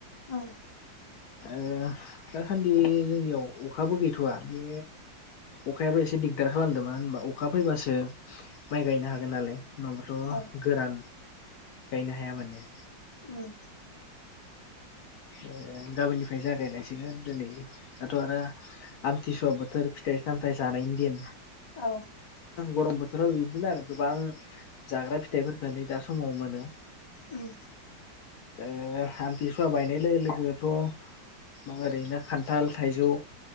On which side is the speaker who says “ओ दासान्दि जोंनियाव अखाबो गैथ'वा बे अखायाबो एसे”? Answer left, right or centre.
Left